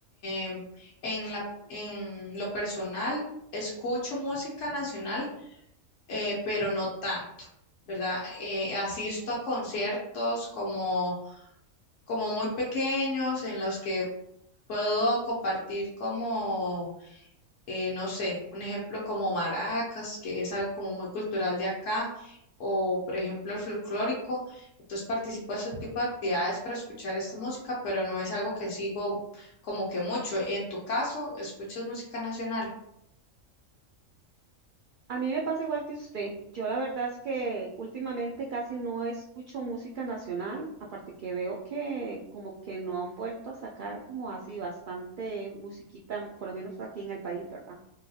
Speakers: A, on the left; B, on the right.
A: Em, en la, en lo personal, escucho música nacional, eh, pero no tanto, ¿verdad? Eh, asisto a conciertos como como muy pequeños en los que puedo compartir como, eh, no sé, un ejemplo como maracas, que es algo como muy cultural de acá, o por ejemplo el folclórico. Entonces participo de este tipo de actividades para escuchar esta música, pero no es algo que sigo como que mucho. En tu caso, ¿escuchas música nacional?
B: A mí me pasa igual que usted. Yo la verdad es que últimamente casi no escucho música nacional, aparte que veo que como que no han vuelto a sacar como así bastante musiquita, por lo menos aquí en el país, ¿verdad?